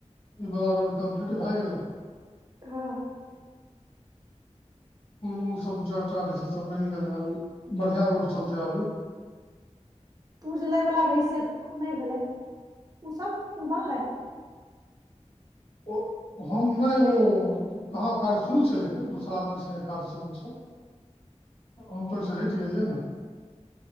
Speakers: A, on the left (about 55°); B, on the right (about 35°).
A: ईवला रोड कम्प्लीट भए गेलै
B: हाँ
A: पुल उल सब दू चार टा रहै से सभ बइन गेलै अभी बढ़ियां रोड चलतै अभी
B: तू जे लयवला रही से नहि भेलै उसब उबै
A: ओ हम नहि ओ कहाँ कार्य शुरू छै लेकिन दोसर आदमीके संगे काज शुरू छै हम तऽ ओहिसँ हटि गेलियै ने